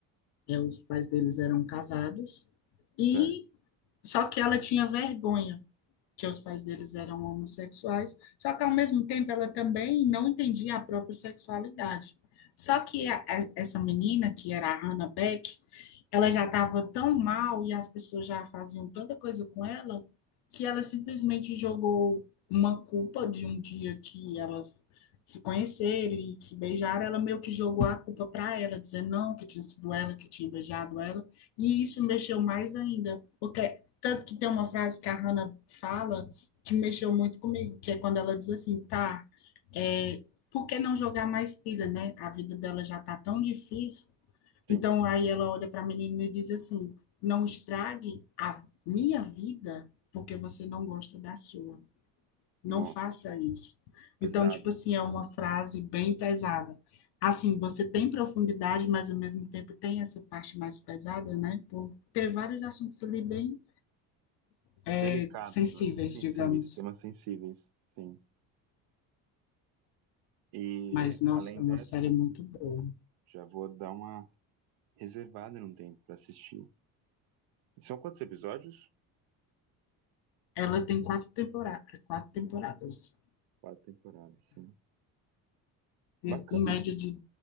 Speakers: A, on the left (about 65°); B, on the right (about 60°).
A: É, os pais deles eram casados. E
B: certo?
A: só que ela tinha vergonha, que os pais deles eram homossexuais. Só que ao mesmo tempo ela também não entendia a própria sexualidade. Só que a- a- essa menina, que era a Hannah Beck, Ela já estava tão mal e as pessoas já faziam tanta coisa com ela que ela simplesmente jogou uma culpa de um dia que elas se conheceram e se beijaram. Ela meio que jogou a culpa para ela, dizendo não, que tinha sido ela que tinha beijado ela. E isso mexeu mais ainda, porque tanto que tem uma frase que a Hannah fala que mexeu muito comigo, que é quando ela diz assim, tá, é, por que não jogar mais pilha, né? A vida dela já tá tão difícil
B: Sim.
A: então, aí ela olha para a menina e diz assim: Não estrague a minha vida porque você não gosta da sua. Não
B: Nossa,
A: faça isso. Então,
B: pesado.
A: tipo
B: hein?
A: assim, é uma frase bem pesada. Assim, você tem profundidade, mas ao mesmo tempo tem essa parte mais pesada, né? Por ter vários assuntos ali bem é,
B: Delicados,
A: sensíveis,
B: né? Bem sensíveis,
A: digamos.
B: temas sensíveis, sim. E
A: Mas, nossa,
B: além
A: é uma
B: dessa,
A: série muito boa.
B: já vou dar uma reservada num tempo para assistir. São quantos episódios?
A: Ela tem quatro temporadas, quatro temporadas.
B: Quatro temporadas, sim.
A: é,
B: Bacana,
A: em média de